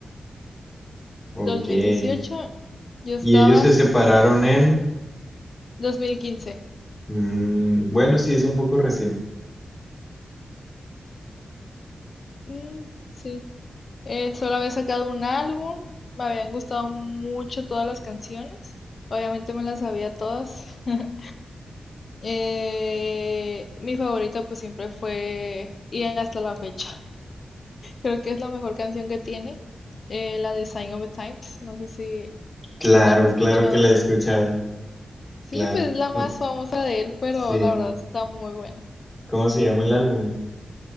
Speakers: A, on the left (about 60°); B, on the left (about 20°).
A: 2018,
B: Ok. Y
A: yo estaba
B: ellos se
A: s-
B: separaron en...
A: 2015.
B: mm, bueno, sí, es un poco reciente.
A: Mm, sí. Eh, solo había sacado un álbum, me habían gustado mucho todas las canciones, obviamente me las sabía todas. <laughs> Eh, mi favorita pues siempre fue, y hasta la fecha. Creo que es la mejor canción que tiene, eh, la de Sign of the Times. No sé si
B: Claro,
A: la has escuchado.
B: claro que la he escuchado.
A: Sí,
B: Claro.
A: pues es la
B: Cu-
A: más famosa de él, pero
B: Sí.
A: la verdad está muy buena.
B: ¿Cómo se llama el álbum?